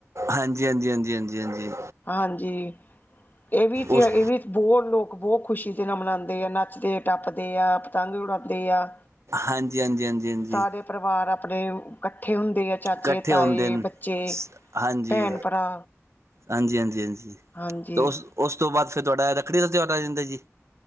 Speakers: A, on the right (about 65°); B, on the left (about 40°).
A: ਹਾਂਜੀ ਹਾਂਜੀ ਹਾਂਜੀ ਹਾਂਜੀ ਹਾਂਜੀ
B: ਹਾਂਜੀ ਇਹ ਵੀ ਕੀ
A: ਉਸ
B: ਆ ਇਹ ਵੀ। ਬਹੁਤ ਲੋਕ ਬਹੁਤ ਖ਼ੁਸ਼ੀ ਦੇ ਨਾਲ ਮਨਾਉਂਦੇ ਆ ਨੱਚਦੇ, ਟੱਪਦੇ ਆ, ਪਤੰਗ ਉਡਾਉਂਦੇ ਆ।
A: ਹਾਂਜੀ ਹਾਂਜੀ ਹਾਂਜੀ ਹਾਂਜੀ।
B: ਸਾਰੇ ਪਰਿਵਾਰ ਆਪਣੇ ਇਕੱਠੇ ਹੁੰਦੇ ਆ। ਚਾਚੇ,
A: ਇਕੱਠੇ
B: ਤਾਏ,
A: ਹੁੰਦੇ ਨੇ
B: ਬੱਚੇ,
A: ਹਾਂਜੀ
B: ਭੈਣ, ਭਰਾ।
A: ਹਾਂਜੀ ਹਾਂਜੀ ਹਾਂਜੀ
B: ਹਾਂਜੀ
A: ਤੋਂ ਉਸ ਉਸ ਤੋਂ ਬਾਅਦ ਫਿਰ ਤੁਹਾਡਾ ਰੱਖੜੀ ਦਾ ਤਿਉਹਾਰ ਆ ਜਾਂਦਾ ਜੀ।